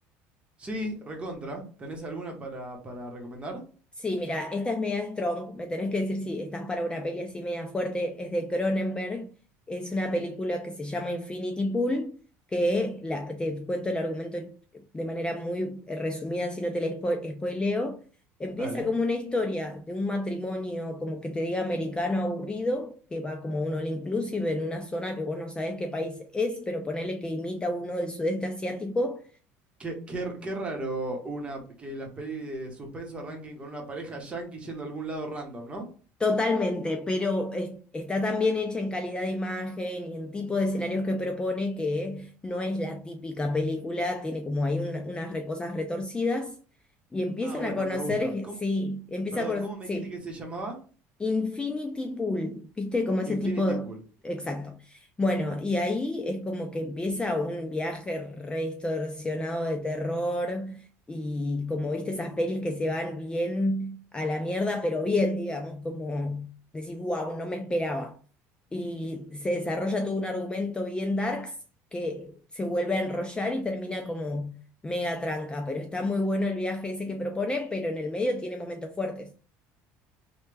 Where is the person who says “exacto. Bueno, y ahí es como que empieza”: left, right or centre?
Left